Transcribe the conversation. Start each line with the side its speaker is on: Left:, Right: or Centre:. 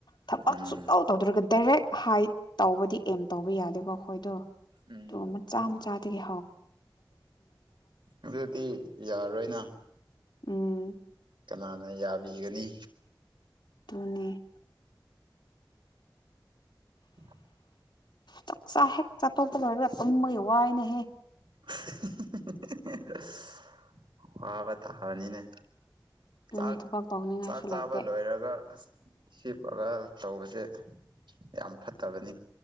Left: ꯊꯕꯛ
Right: ꯎꯝ
Left: ꯁꯨꯛꯇꯧ ꯇꯧꯗ꯭ꯔꯒ ꯗꯥꯏꯔꯦꯛ ꯍꯥꯏꯠ ꯇꯧꯕꯗꯤ ꯑꯦꯝ ꯇꯧꯕ ꯌꯥꯗꯦꯕ ꯕꯍꯣꯏꯗꯣ
Right: ꯎꯝ
Left: ꯇꯣꯂꯣꯞ ꯃꯆꯥ ꯆꯥꯗꯒꯤ
Right: ꯑꯗꯨꯗꯤ ꯌꯥꯔꯣꯏꯅꯥ
Left: ꯎꯝ
Right: ꯀꯅꯥꯅ ꯌꯥꯕꯤꯒꯅꯤ
Left: ꯇꯨꯅꯦ
Right: <inaudible>
Left: ꯆꯥꯛꯆꯥꯥ ꯍꯦꯛ ꯆꯥ ꯇꯣꯛꯄ ꯂꯣꯏꯔꯒ ꯇꯨꯝꯕꯒꯤ ꯋꯥꯏꯅꯦꯍꯦ
Right: <unintelligible> ꯋꯥꯕ ꯇꯥ ꯐꯅꯤꯅꯦ
Left: ꯑꯗꯨꯅꯦ
Right: ꯆꯥꯛ
Left: ꯊꯕꯛ ꯇꯧꯅꯤꯡꯉꯥꯏꯁꯨ
Right: ꯆꯥꯛ ꯆꯥꯕ
Left: ꯂꯩꯇꯦ
Right: ꯂꯣꯏꯔꯒ ꯑꯁ ꯍꯤꯞꯂꯒ ꯇꯧꯕꯁꯦ ꯌꯥꯝ ꯐꯠꯇꯕꯅꯤ